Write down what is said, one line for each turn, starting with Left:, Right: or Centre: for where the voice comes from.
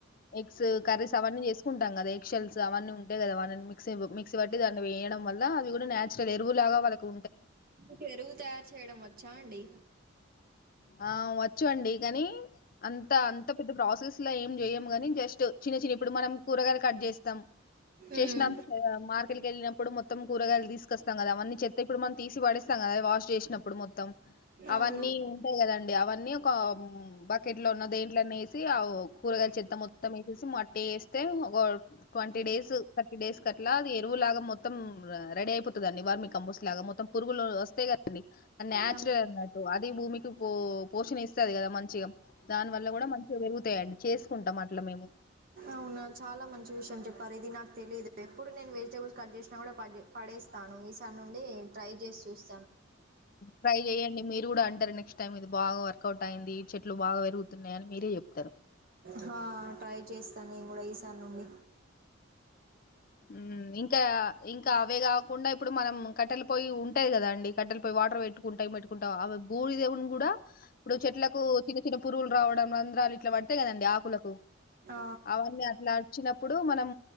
Left: ఎగ్స్ కర్రీస్ అవన్నీ చేసుకు టాం కదా ఎక్షల్స్ అవన్నీ ఉంటాయి కదా వలన్మి మిక్సి మిక్సిబట్టి దాన్ని వేయడం వల్ల అది కూడా నేచురల్ ఎరువులాగా వాళ్లకు
Right: మీకు ఎరువు తయారు చేయడం వచ్చా అండి.
Left: ఆ వచ్చు అండి కనీ అంత అంత పెద్ద ప్రోసెస్ ఇంట్లా ఏం చేయ్యము కానీ జస్ట్ చిన్న చిన్న ఇప్పుడు మనం కూరగాయాలు కట్ చేస్తాం. చేసినంతకే
Right: ఉమ్
Left: మార్క్ ట్ కెళ్ళినప్పుడు మొత్తం కూరగాయలు తీస్ కోస్తాం కదా అవ్వని చెత్త ఇప్పుడు మక్ తీసి పడేస్తాం కదా అవి వాష్ చేసినప్పు అప్పు డు మొత్తం అవన్నీ
Right: అవును
Left: కదండి అవన్నీ ఒక ఉమ్ బకెట్లో అన్న దేంట్లో అన్న ఏసి సి అవ్ కూరగాయల చెత్త మొత్తం ఏసేసి మట్టి ఏస్తే గాడ్ ట్వంటి డేస్ థర్టీ డేస్ కట్లా అది ఎరువులాగా మొత్త త్తం రెడీ అయిపోతదండి వర్మీ కంపోస్ట్ లాగా మొత్తం పురుగులు వస్థాయి కదా న్యాచురల్
Right: అవు
Left: అన్నట్టు అది భూమి పో పోషణ ఇస్తంది కదా మంచిగా దాని వల్ల కూడా మంచిగా పెరుగుతాయండి చేసుకుంటాం అట్లా మేము
Right: అవునా చాలా మంచి విషయం చెప్పారు ఇది నాకు తెలిలీదు ఎప్పుడు నేను వెజిటేబుల్స్ కట్ చేసినా కూడా పడే పడేస్తాను ఈసారి నుండి ట్రై చేసి చూస్త
Left: ట్రై చెయ్యండి మీరు కూడా అంటారు నే నెక్ట్ టైం ఇది బాగా వర్కౌట్ అయింది చెట్లు బాగా పెరుగుతున్నాయని మీరే చెప్పు
Right: హా ట్రై చేస్తాను నేను కూడా ఈసారి నుండి
Left: మ్ ఇ ఇంకా ఇంకా అవే కాకుండా ఇప్పుడు మనం కట్టెలు పోయి ఉంటాది కదా అండి కట్టెలు పోయి వాటర్ పెట్టుకుంటాం పెట్టుకుంటాం అవి బూడి దేవుని కూడా ఇప్పు చెట్లాకు చిన్న పురుగులు రావడం రంధ్రాలు ఇట్లా పడితేయి కదండి ఆకులకు
Right: ఆ
Left: అవన్నీ అట్లా వచ్చినప్పు ఇప్పుడు మనం